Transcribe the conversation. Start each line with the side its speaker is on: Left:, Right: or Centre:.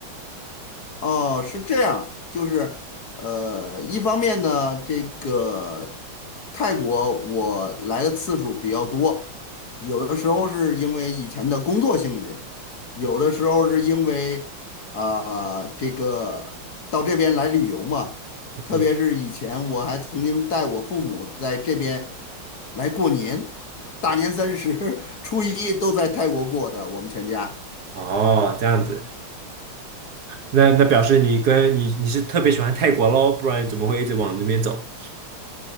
Left: 哦，是这样，就是呃，一方面呢，这个泰国我来的次数比较多，有的时候是因为以前的工作性质，有的时候是因为啊、这个到这边来旅游嘛，特别是以前我还曾经带我父母在这边
Right: 嗯，
Left: 来过年，大年三十、<laughs> 初一都在泰国过的，我们全家。
Right: 哦，这样子，那那表示你跟你你是特别喜欢泰国喽，不然你怎么会一直往那边走？